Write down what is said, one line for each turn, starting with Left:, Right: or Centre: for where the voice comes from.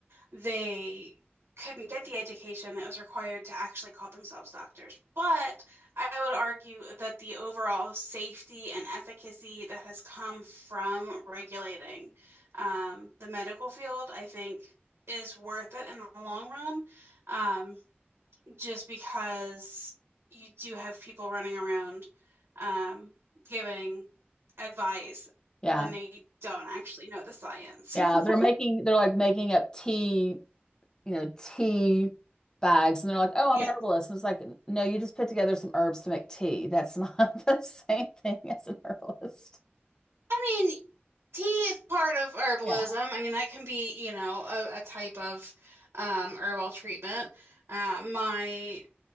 Right: they couldn't get the education that was required to actually call themselves doctors. But I would argue that the overall safety and efficacy that has come from regulating um, the medical field, I think, is worth it in the long run, um, just because you do have people running around um, giving advice
Left: yeah,
Right: when they don't actually know the science.
Left: yeah.
Right: <laughs>
Left: They're making they're like making up tea, you know, tea bags, and they're like, "Oh,
Right: Yeah,
Left: I'm an herbalist." And it's like, no, you just put together some herbs to make tea. That's not <laughs> the same thing as an herbalist.
Right: I mean, tea is part of herbalism.
Left: Yeah.
Right: I mean, that can be, you know, a, a type of um, herbal treatment. Uh, my